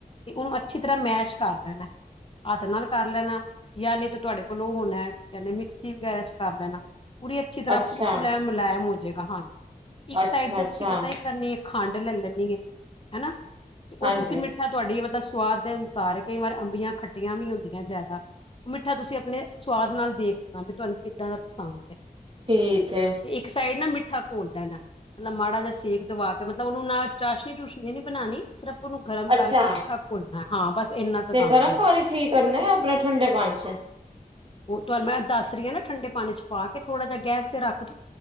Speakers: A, on the left (about 35°); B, on the right (about 35°).
A: ਤੇ ਉਹਨੂੰ ਅੱਛੀ ਤਰ੍ਹਾਂ ਮੈਸ਼ ਕਰ ਲੈਣਾ ਹੱਥ ਨਾਲ ਕਰ ਲੈਣਾ। ਜਾਂ ਨੀ ਤਾਂ ਤੁਹਾਡੇ ਕੋਲ ਉਹ ਹੋਣਾ ਕੀ ਕਹਿੰਦੇ ਮਿਕਸੀ ਵਗੈਰਾ ਚ ਕਰ ਲੈਣਾ ਪੂਰੀਏ। ਅੱਛੀ ਤਰ੍ਹਾਂ
B: ਅੱਛਾ
A: ਬਿਲਕੁਲ ਐ ਮੁਲਾਇਮ ਹੋ ਜੇਗਾ ਹਾਂਜੀ, ਇੱਕ
B: ਅੱਛਾ
A: ਸਾਈਡ ਤੇ
B: ਅੱਛਾ
A: ਤੁਸੀਂ ਪਤਾ ਕਿ ਕਰਨੀ ਆ ਖੰਡ ਲਲਣੀ ਆ, ਤੇ ਉਹ
B: ਹਾਂਜੀ
A: ਤੁਸੀਂ ਮਿੱ ਆ ਤੁਹਾਡੀ ਮਤਲਬ ਸਵਾਦ ਦੇ ਅਨੁਸਾਰ ਕਈ ਵਾਰ ਅੰਬੀਆਂ ਖੱਟੀਆਂ ਵੀ ਹੁੰਦੀਆਂ ਜ਼ਿਆਦਾ। ਮਿੱਠਾ ਤੁਸੀਂ ਆਪਣੇ ਸੁਵਾਦ ਨਾਲ ਦੇਖ ਲੈਣਾ ਕਿ ਤੁਹਾਨੂੰ ਕਿੱਦਾਂ ਦਾ ਪਸੰਦ ਆ।
B: ਠੀਕ ਐ।
A: ਤੇ ਇੱਕ ਸਾਈਡ ਨਾ ਮਿੱਠਾ ਘੋਲ ਲੈਣਾ ਮਲਬ ਮਾੜਾ ਜੇਹਾ ਸੇਕ ਦਵਾ ਕੇ ਮਤਲਬ ਉਹਨੂੰ ਨਾ ਚਾਸ਼ਨੀ ਚੂਸ਼ਨੀ ਨੀ ਬਣਾਉਣੀ ਸਿਰਫ ਉਹਨੂੰ ਗਰਮ ਕਰਕੇ
B: ਅੱਛਾ
A: ਮਿੱਠਾ ਘੋਲਣਾ ਹਾਂ ਬਸ ਇੰਨਾ ਕੁ
B: ਤੇ
A: ਕੰਮ
B: ਗਰਮ
A: ਕਰਨਾ।
B: ਪਾਣੀ ਚ ਹੀ ਕਰਨਾ ਹੈ ਆਪਣਾ ਠੰਡੇ ਪਾਣੀ ਚ
A: ਉਹ ਤੁਹਾਨੂੰ ਮੈਂ ਦੱਸ ਰਹੀ ਆ ਨਾ ਠੰਡੇ ਪਾਣੀ ਚ ਪਾ ਕੇ ਥੋੜ੍ਹਾ ਜਹਾ ਗੈਸ ਤੇ ਰੱਖ ਦੋ।